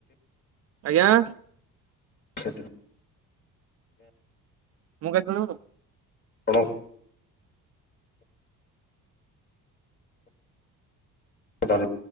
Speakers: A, on the right (about 45°); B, on the left (about 30°).
A: ଆଜ୍ଞା।
B: ସେଟ ହଁ।
A: ମୁଁ। <inaudible>
B: ତମକୁ। ଧନ୍ୟବା।